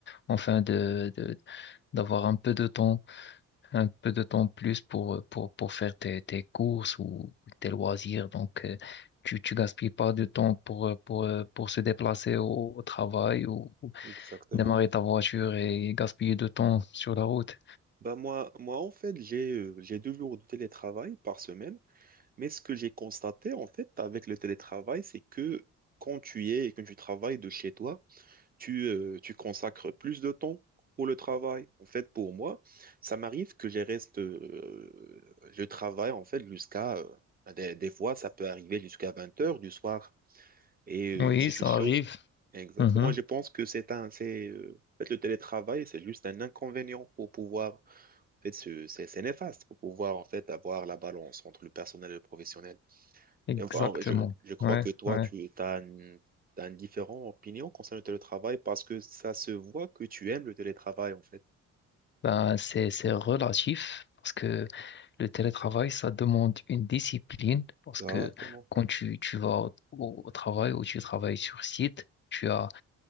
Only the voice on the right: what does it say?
exactement.
Bah moi, moi en fait, j'ai euh, j'ai deux jours de télétravail par semaine. Mais ce que j'ai constaté, en fait, avec le télétravail, c'est que quand tu y es et que tu travailles de chez toi, tu, euh, tu consacres plus de temps pour le travail. En fait, pour moi, ça m'arrive que je reste, euh, je travaille, en fait, jusqu'à, euh, des, des fois, ça peut arriver jusqu'à 20 heures du soir. Et euh,
c'est
une chose.
Exactement.
Et Je pense que c'est un, c'est, euh, en fait, le télétravail, c'est juste un inconvénient pour pouvoir, en fait, c'est c'est- c'est néfaste pour pouvoir, en fait, avoir la balance entre le personnel et le professionnel.
Et Enfin, je, je crois
que toi,
tu as une, t'as une différente opinion concernant le télétravail parce que ça se voit que tu aimes le télétravail, en fait.
Exactement.